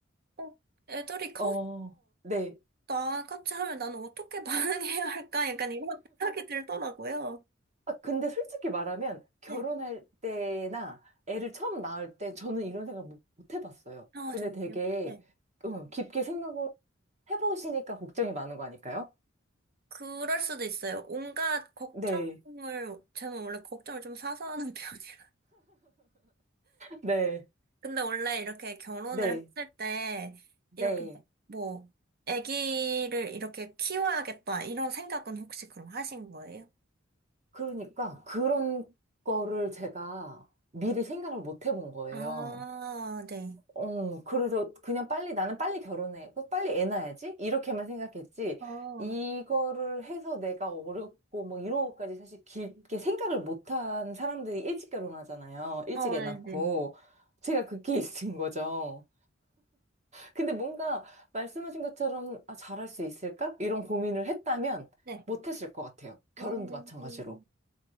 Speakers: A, on the right; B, on the right.
A: 어, 애들이 커서
B: 어, 네.
A: 나같이 하면 나는 어떻게 반응해야 할까? 약간 이런 <laughs> 생각이 들더라고요.
B: 아, 근데 솔직히 말하면 결혼할
A: 네.
B: 때나 애를 처음 낳을 때 저는 이런 생각 못, 못 해봤어요.
A: 아,
B: 근데
A: 정말요?
B: 되게
A: 네.
B: 응, 깊게 생각을 해보시니까 걱정이 많은 거 아닐까요?
A: 그럴 수도 있어요. 온갖 걱정을,
B: 네,
A: 저는 원래 걱정을 좀 사서 하는 <laughs> 편이라.
B: 네,
A: 근데 원래 이렇게 결혼을
B: 네,
A: 했을 때
B: 네.
A: 이렇게 뭐 아기를 이렇게 키워야겠다 이런 생각은 혹시 그럼 하신 거예요?
B: 그러니까 그런 거를 제가 미리 생각을 못 해본 거예요.
A: 아, 네.
B: 어, 그래서 그냥 빨리 나는 빨리 결혼해. 그 빨리 애 낳아야지. 이렇게만 생각했지.
A: 아, 어,
B: 이거를 해서 내가 어렵고 뭐 이런 것까지 사실 깊게 생각을 못한 사람들이 일찍 결혼하잖아요. 일찍
A: 네네.
B: 애 낳고. 제가 그 케이스인 거죠. 근데 뭔가 말씀하신 것처럼 아, 잘할 수 있을까? 이런 고민을 했다면
A: 네.
B: 못했을 것 같아요. 결혼도
A: 음,
B: 마찬가지로.